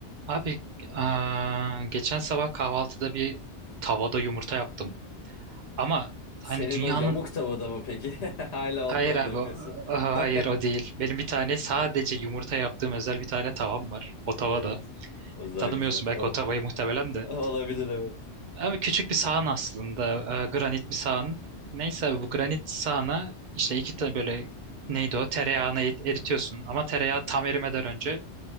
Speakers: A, on the right; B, on the left.
A: Abi aa, geçen sabah kahvaltıda bir tavada yumurta yaptım. Ama
B: Senin
A: hani dünyanın
B: o yamuk tavada mı peki? <laughs> Hala
A: hayır
B: onunla mı
A: abi
B: yapıyorsun?
A: o- aha,
B: <laughs>
A: hayır o değil. Benim bir tane sadece yumurta yaptığım özel bir tane tavam var. O tavada.
B: Evet. O zaman
A: Tanımıyorsun
B: güzel tamam.
A: belki o tavayı muhtemelen
B: <laughs>
A: de.
B: Olabilir evet.
A: Abi küçük bir sahan aslında. Aa, granit bir sahan. Neyse abi bu granit sahana işte iki tane böyle neydi o tereyağını erit- eritiyorsun. Ama tereyağı tam erimeden önce